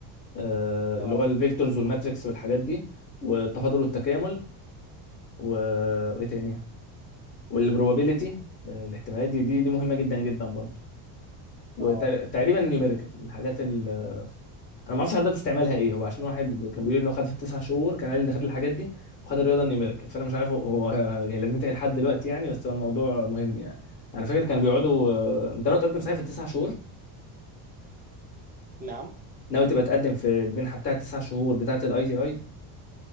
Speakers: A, on the left; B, on the right.
A: آه،
B: اه
A: اللي هو الفيكتورز والماتريكس والحاجات دي والتفاضل والتكامل و- وايه تاني والبروبابيلتي آه، الاحتمالات دي دي دي مهمه جدا جدا برضه وتقريبا
B: اه
A: نيوميريكال الحاجات ال انا ما اعرفش حضرتك تستعملها ايه هو عشان واحد كان بيقول لي ان هو خد في التسع شهور كان قال لي ان خد الحاجات دي وخد الرياضه النيوميريكال فانا مش عارف هو هو يعني لازم تلاقي لحد دلوقتي يعني بس هو الموضوع مهم يعني انا فاكر كانوا بيقعدوا آه، انت ناوي تقدم صحيح في التسع شهور
B: نعم
A: ناوي تبقى تقدم في المنحه بتاعه التسع شهور بتاعه الاي تي اي